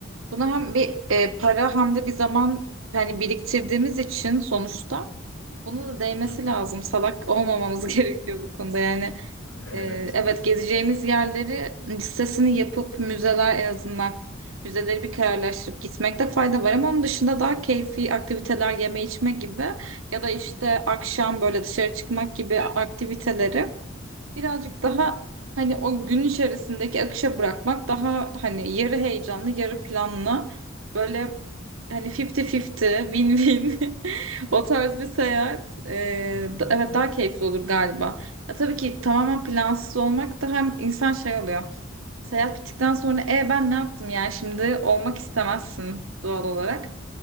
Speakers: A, on the right; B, on the left.
A: buna hem bir e, para hem de bir zaman hani biriktirdiğimiz için sonuçta Buna da değmesi
B: Hı hı.
A: lazım. Salak olmamamız <laughs> gerekiyor bu konuda. Yani
B: <laughs> Evet
A: Ee, Evet,
B: evet.
A: gezeceğimiz yerleri listesini yapıp müzeler en azından müzeleri bir kararlaştırıp gitmekte fayda var ama onun dışında daha keyfi aktiviteler yeme içme gibi ya da işte akşam böyle dışarı çıkmak gibi aktiviteleri birazcık daha hani o gün içerisindeki akışa bırakmak daha hani yarı heyecanlı yarı planlı böyle hani 50-50 win-win <laughs> o tarz bir seyahat e,
B: <laughs>
A: da- evet daha keyifli olur galiba. Ya tabii ki tamamen plansız olmak da hem insan şey oluyor. Seyahat bittikten sonra e ben ne yaptım yani şimdi olmak istemezsin doğal olarak.